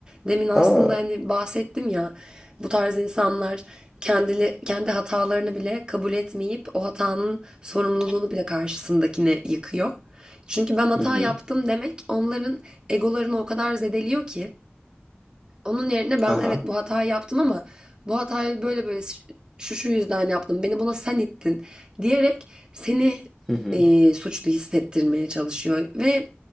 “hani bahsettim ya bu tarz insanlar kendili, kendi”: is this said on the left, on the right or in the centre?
Right